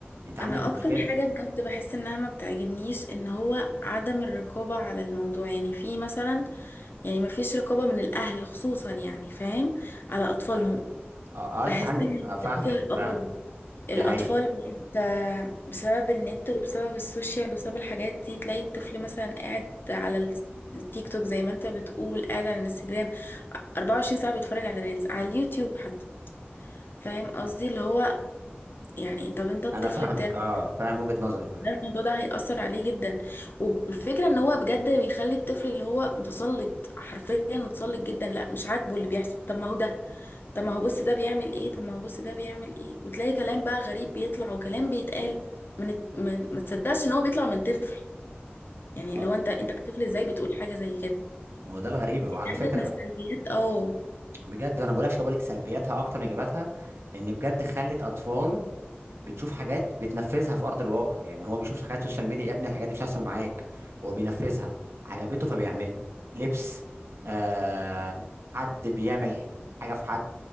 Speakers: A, on the right; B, on the left.
A: انت عندك
B: انا
A: مشكله
B: اكتر حاجه بجد بحس انها ما بتعجبنيش ان هو عدم الرقابه على الموضوع يعني في مثلا يعني مفيش رقابة من الأهل خصوصا يعني فاهم على أطفالهم
A: أي. اه اه
B: بحس
A: انت عندك
B: إن
A: آه فاهمك
B: بجد
A: فاهمك
B: اه
A: دي
B: الأطفال
A: حقيقه
B: بقت آه، بسبب النت وبسبب السوشيال وبسبب الحاجات دي تلاقي الطفل مثلا قاعد على ال- التيك توك زي ما انت بتقول قاعد على الانستجرام 24 ساعة بيتفرج على ريلز على اليوتيوب حتى فاهم قصدي اللي هو يعني طب انت الطفل
A: انا فاهمك
B: بتاعك
A: اه فاهم وجهه نظرك بجد
B: ده الموضوع ده هيأثر عليه جدا والفكرة ان هو بجد بيخلي الطفل اللي هو متسلط حرفيا متسلط جدا لا مش عاجبه اللي بيحصل طب ما هو ده طب ما هو بص ده بيعمل ايه طب ما هو بص ده بيعمل ايه وتلاقي كلام بقى غريب بيطلع وكلام بيتقال من, الت- من ما تصدقش ان هو بيطلع من طفل يعني
A: اه
B: لو انت انت كطفل ازاي بتقول حاجة زي كده
A: ما هو ده الغريبه وعلى
B: بجد
A: فكره
B: من السلبيات اه
A: بجد انا بقولكش بقولك سلبياتها اكتر من ايجاباتها لان بجد خلت اطفال بتشوف حاجات بتنفذها في ارض الواقع يعني هو بيشوف حاجات سوشيال ميديا يا ابني الحاجات دي مش هتحصل معاك هو بينفذها عجبته فبيعملها لبس آه حد بيعمل حاجه في حد